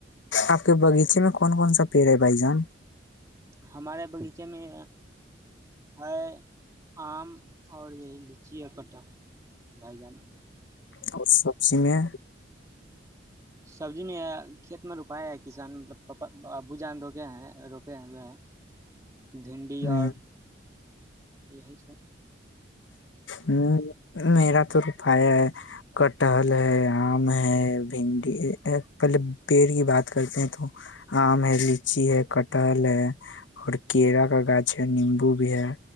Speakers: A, on the left; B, on the right.
A: آپ کے باغیچے میں کون کون سا پیڑ ہے بھائی جان
B: ہمارے باغیچے میں ہے آم اور یہی لچی ہے کٹر بھائی جانا
A: اور سبزی میں
B: سبزی میں کھیت میں روپائے ہے کسان مطلب پپا ابو جان روکے ہیں روکے ہیں وہ بھینڈی
A: ہوں،
B: اور اور یہی سر
A: ہ نہیںیراتور پایا کٹہل ہے آم ہے بھنڈی پہلے پیڑ کی بات کرتے ہیں تو آم ہے لچی ہے کٹحل ہے اور کیرا کا گاچھ ہے نیمبو بھی ہے